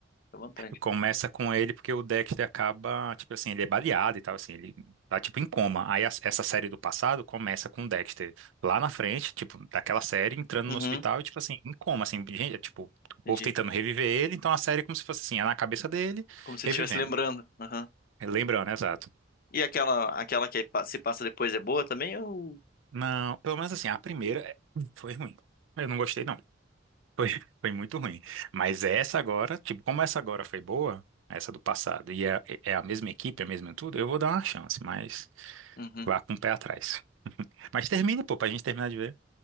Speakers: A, on the left; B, on the right.
A: Fica à vontade.
B: Começa com ele porque o Dexter acaba, tipo assim, ele é baleado e tal, assim, ele tá tipo em coma. Aí as- essa série do passado começa com o Dexter lá na frente, tipo, daquela série, entrando
A: Uhum,
B: no hospital e, tipo assim, em coma, assim, gente, é, tipo, o povo
A: entendi.
B: tentando reviver ele, então a série é como se fosse assim, é na cabeça dele,
A: Como se
B: revivendo.
A: ele estivesse lembrando. Uhum.
B: Lembrando, exato.
A: E aquela, aquela que pa- se passa depois é boa também? Ou...
B: Não, pelo menos assim, a primeira é, foi ruim. Eu não gostei, não. Foi, <laughs> foi muito ruim. Mas essa agora, tipo, como essa agora foi boa, essa do passado, e é, é a mesma equipe, é a mesma tudo, eu vou dar uma chance, mas
A: Uhum.
B: vá com o pé atrás. Mas termina, pô, pra gente terminar de ver.